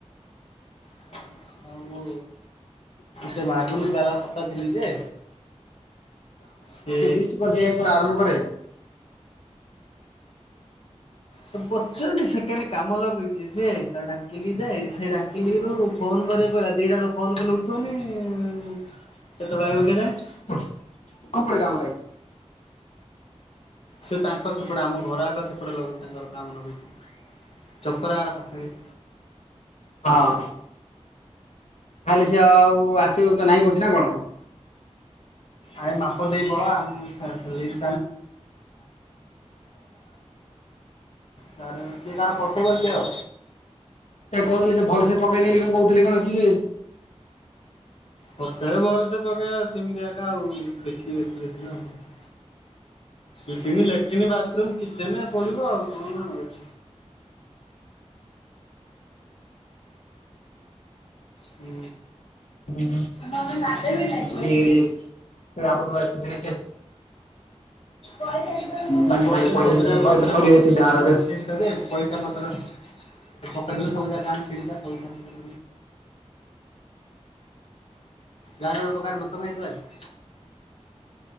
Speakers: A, on the left; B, on the left.
A: <inaudible> ମୁଁ ସେ ମାଗୁନୀ ବାଲା ପଚାର ଥିଲି ଯେ। ସେ
B: <unintelligible> ସେ ଆରଭ କରେ।
A: ତ ପଚିଲି ସେକଣ୍ଡ କାମ ଲଗେଇଛି ସିଏ ତା ଡାକିଲି ଯାଏ ସେ ଡାକିଲିରୁ ଫୋନ କରିବାକୁ କହିଲା ଦିଟା ବେଳକୁ ଫୋନ୍ କଲେ ଉଠେଉ ନି ସେତେବେଳେ ଆଇିବ କେଜାଣି।
B: <unintelligible>
A: ସେ ତାଙ୍କର ସେପଟେ ଆମ ଘର ଆଗ ସେପଟେ ଲଗେବୁ ତାଙ୍କର। <inaudible> ଚକରାର ପାଖରେ।
B: ହଁ। ତାହଲେ ସି ଆଉ ଆସିବ ତ ନାଇଁ କହୁଛି ନା କଣ?
A: ଆ ମାପ ଦେଇ ପଳା <unintelligible> <unintelligible> କାହା ପଠେଇ ପାରୁଛ ଆଉ।
B: ତା କହୁଥିଲ ସେ ଭଲ ସେ ପକେଇ ନେଲି କଣ କହୁଥିଲୁ କଣ କି?
A: ପକେଇବା ଭଲସେ ପକେଇବା ସେମିତିଆ କା ଆଉ ଦେଖିବ ଏତେ ଦେଖିନ ଆଉ। <inaudible> ଲାଟ୍ରନ୍ ବାଥରୁମ କିଚେନ ପଡିବ ଆଉ କଣ ଆଉ। ହୁଁ।
B: <unintelligible>
A: ମମି ବାଡେଇବେନି ଏପଟେ ମୁଁ
B: ପାଖାପାଖି
A: କହୁଥିଲି
B: ପଇସା
A: ସବୁ
B: ସେତିକି
A: ଜାଗ
B: ହଁ
A: କରିଥିଲେ
B: ଏବେ ସରିବ
A: ପକେଇଥିଲେ
B: ଏତିକି ଟଙ୍କାର
A: କାମ
B: ଏବେ
A: ଅଛି ତବେ ପଇସା ପତ୍ର ପକେଇଦେଲେ ସବୁ ଜା କାମ ଛିଡ଼ିଜା ପଇସା ପତ୍ର ଗାରଲ ପ୍ରକାର ମତ ଭାଇରସ୍